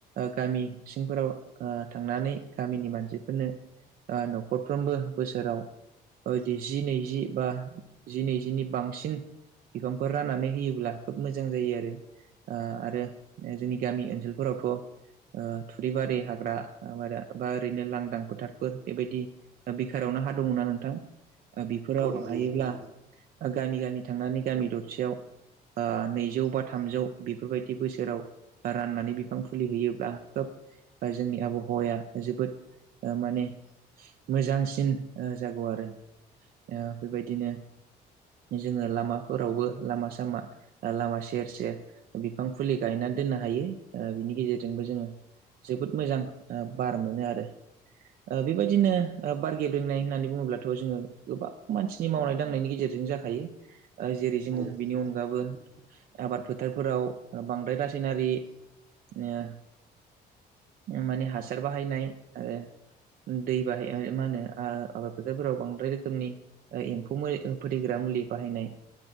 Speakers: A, on the right; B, on the right.
A: गामि सिंफोराव ओ थांनानै गामिनि मानसिफोरनो ओ न'खरफ्रोमबो बोसोराव ओ दि जि नैजि बा जि नैजिनि बांसिन बिफांफोर राननानै होयोब्ला खोब मोजां जायो आरो ओ आरो जोंनि गामि ओनसोलफोरावथ' ओ थुरि बारि हाग्रा बा ओरैनो लांदां फोथारफोर बेबायदि सेरावनो हा दंङ ना नोंथां बेफोराव
B: औ नंगौ
A: हायोब्ला
B: नोंथां नंगौ
A: गामि गामि थांनानै गामि दरसेआव ओ नैजौ बा थामजौ बेफोरबायदि बोसोराव राननानै बिफां फुलि होयोब्ला खोब ओ जोंनि आबहावाया जोबोद माने मोजांसि सिन जागौ आरो ओ बेबायदिनो जोङो लामाफोरावबो लामा सामा लामा सेर सेर बिफां फुलि गायनानै दोननो हायो बिनि गेजेरजोंबो जोङो जोबोद मोजां बार मोनो आरो बेबायदिनो बार गेब ब्रेंनाय होननानै बुङोब्लाथ' जोङो गोबां मानसिनि मावनाय दांनायनि गेजेरजों जाखायो ओ जेरै जोङो
B: औ
A: बेनि
B: नंगौ नोंथां
A: अनगाबो आबाद फोथारफोराव बांद्राय रासायनारि ओ माने हासार बाहायनाय आरो दै बाहाय मा होनो आबाद फोथारफोराव बांद्राय रोखोमनि एम्फौ मो फोथैग्रा मुलि बाहायनाय